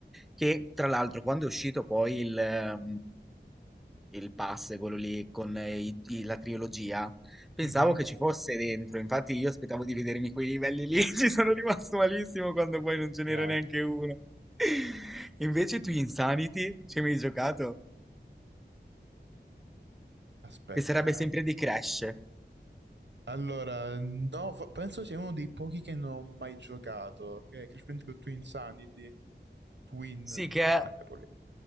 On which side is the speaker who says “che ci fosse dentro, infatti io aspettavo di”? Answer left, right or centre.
Centre